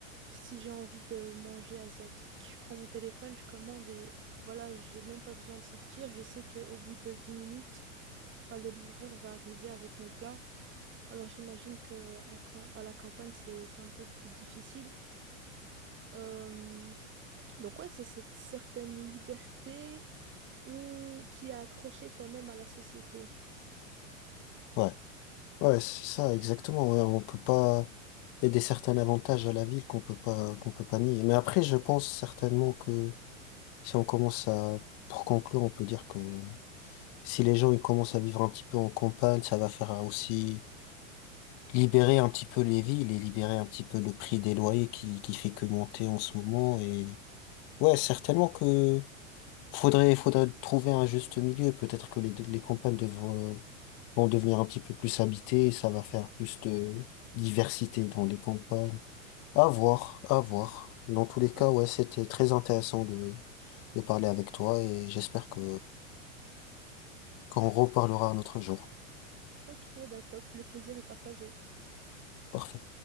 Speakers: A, on the right (about 30°); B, on the left (about 40°).
A: Si j'ai envie de manger asiatique, je prends mon téléphone, je commande et voilà, j'ai même pas besoin de sortir. Je sais qu'au bout de 10 minutes, ben, le livreur va arriver avec mon plat. Alors j'imagine que en cam- à la campagne, c'est c'est un peu plus difficile. Euh, donc ouais, c'est cette certaine liberté ou qui est accrochée quand même à la société.
B: Ouais. Ouais, c'est ça, exactement. Ouais, on peut pas. Il y a des certains avantages à la ville qu'on peut pas, qu'on peut pas nier. Mais après, je pense certainement que si on commence à, pour conclure, on peut dire que si les gens ils commencent à vivre un petit peu en campagne, ça va faire aussi libérer un petit peu les villes et libérer un petit peu le prix des loyers qui, qui fait que monter en ce moment. Et ouais, certainement que faudrait, faudrait trouver un juste milieu. Peut-être que les, les campagnes devraient vont devenir un petit peu plus habités et ça va faire plus de diversité dans les campagnes. À voir, à voir. Dans tous les cas,
A: Au revoir.
B: ouais, c'était très intéressant de, de parler avec toi et j'espère que qu'on reparlera un autre jour.
A: Ok, bah top, le plaisir est partagé.
B: Parfait.